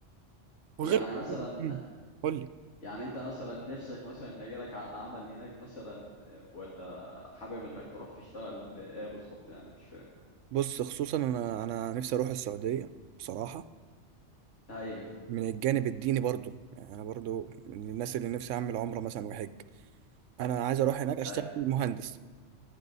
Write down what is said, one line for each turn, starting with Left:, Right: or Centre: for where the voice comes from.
Right: وغير
Left: يعني مثلا
Right: مم. قول لي
Left: يعني انت مثلا نفسك مثلا ان يجيلك عقد عمل هناك مثلا آه، ولا حابب انك تروح تشتغل ايه بالظبط يعني مش فاهم
Right: بص خصوصا انا انا نفسي اروح السعوديه بصراحه
Left: ايوه
Right: من الجانب الديني برضو يعني انا برضو من الناس اللي نفسي اعمل عمره مثلا وحج انا عايز اروح هناك اشتغل
Left: أي-
Right: مهندس